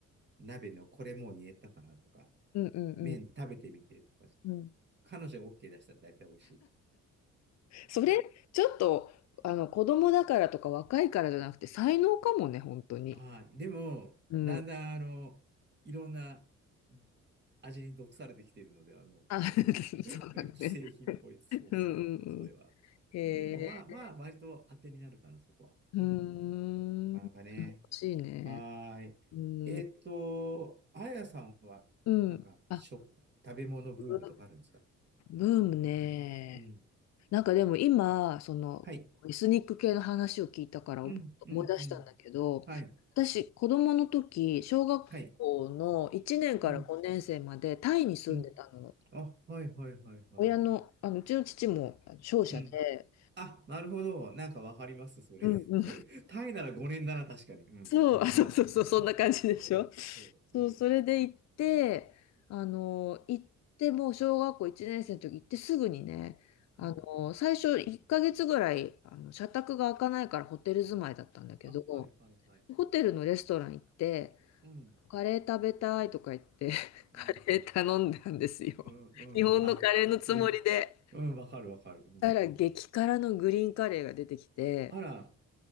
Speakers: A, on the right; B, on the left.
A: 鍋のこれもう煮えたかなとか、
B: うんうん
A: 麺食べてみてとか、
B: うん。うん。
A: 彼女が OK 出したら大体美味しい。
B: それ、
A: そう。
B: ちょっと、あの、子供だからとか若いからじゃなくて、才能かもね、本当に。
A: ああ、でも、
B: うん。
A: だんだん、あの、いろんな味に毒されてきているので、あの、
B: あ、<laughs> そうだね。
A: <laughs> 既製品っぽい。そうそう。
B: うんうんうん。
A: それは。
B: へえ。
A: でも、まあまあ、割と当てになるかな、そこは。
B: うーん。
A: うん。なかなかね。
B: 欲しいね。
A: はーい。
B: うん。
A: えっと、あやさんは、
B: うん。
A: なんか、
B: あ、
A: 食、食べ物ブームとかあるんですか
B: ブブームね。
A: うん。
B: なんかでも今、その、
A: はい。
B: エスニック系の話を聞いたから思い出したんだけど、
A: うん、うん、うん。はい。
B: 私、子供の時、小学校の1年から5年生までタイに住んでたの。
A: はい。うん、うん。あ、はい、はい、はい、はい。
B: 親の、あの、うちの父も商社で、
A: うん。あ、なるほど。なんかわかります、それ。
B: うんうん
A: <laughs> タイなら5年だな、確かに。うん。
B: そう、あ、そうそうそう、
A: 今は。
B: そんな感じでしょ。
A: そう、そう、
B: そう、
A: うん。
B: それで行って、あの、行って、もう小学校1年生の時行ってすぐにね、あの、
A: うん。
B: 最初1ヶ月ぐらい、あの、社宅が開かないからホテル住まいだったんだけど、
A: あ、はい、はい、はい。
B: ホテルのレストラン行って、
A: うん、
B: カレー食べたいとか言って、<laughs> カレー頼んだんですよ。
A: うん、うん、
B: 日本のカレーのつもりで。
A: うん。あ、うわ、うん、わかる、わかる。うん。
B: したら激辛のグリーンカレーが出てきて、
A: あら、